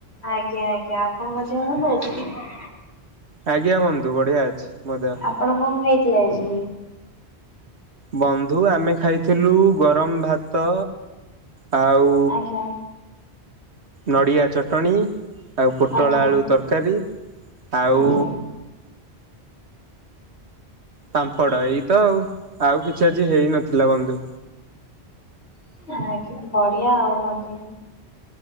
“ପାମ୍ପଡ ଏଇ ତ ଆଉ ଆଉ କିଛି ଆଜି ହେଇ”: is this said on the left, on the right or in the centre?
Right